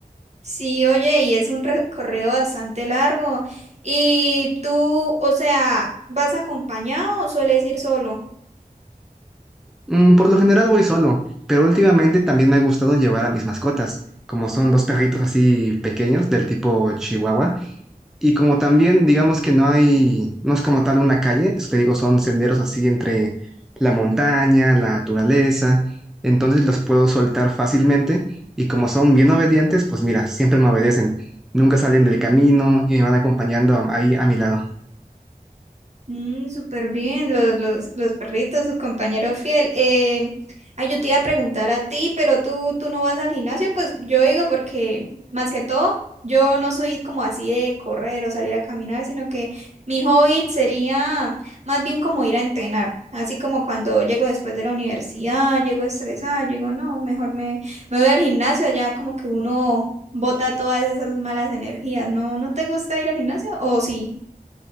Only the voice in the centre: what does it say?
Mm, por lo general voy solo, pero últimamente también me ha gustado llevar a mis mascotas, como son dos perritos así pequeños del tipo Chihuahua, y como también digamos que no hay, no es como tal una calle, pues, te digo, son senderos así entre la montaña, la naturaleza, entonces los puedo soltar fácilmente y como son bien obedientes, pues mira, siempre me obedecen, nunca salen del camino y me van acompañando ahí a mi lado.